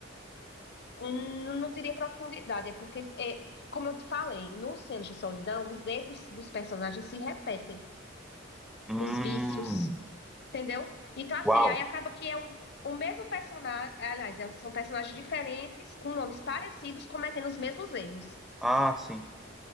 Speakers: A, on the left; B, in the centre.
A: n- não diria profundidade, é porque, é, como eu te falei, no Cenas de Solidão, os erros dos personagens se repetem,
B: Hum,
A: os vícios, entendeu? Então, assim,
B: uau.
A: aí acaba que é um, o mesmo personagem, aliás, é- são personagens diferentes, com nomes parecidos, cometendo os mesmos erros,
B: Ah, sim,